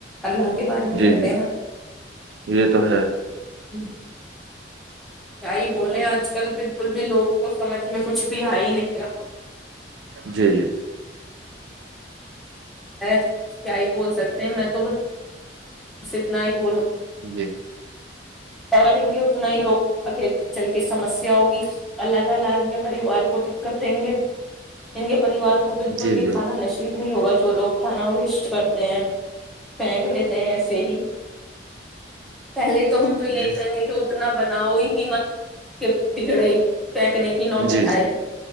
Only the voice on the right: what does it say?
جی
جی
یہ تو ہے
جی جی
جی
جی
جی
جی
جی